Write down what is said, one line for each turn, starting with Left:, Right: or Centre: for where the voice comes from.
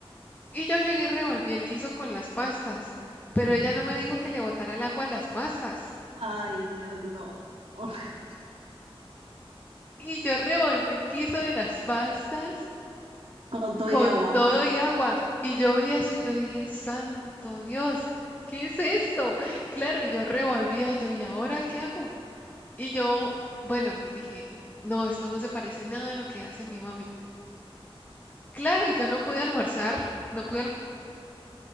Left: Y yo llegué y revolví el guiso con las pastas, pero ella no me dijo que le botara el agua a las pastas.
Right: Ay, Dios, no. <laughs>
Left: Y yo revolví el guiso de las pastas
Right: Con todo
Left: con
Right: y agua.
Left: todo y agua. Y yo vi eso y yo dije, santo Dios, ¿qué es esto? Claro, y yo revolvía y yo, ¿y ahora qué hago? Y yo, bueno, dije, no, esto no se parece nada a lo que hace mi mami. Claro, y yo no pude almorzar, no pude, alm-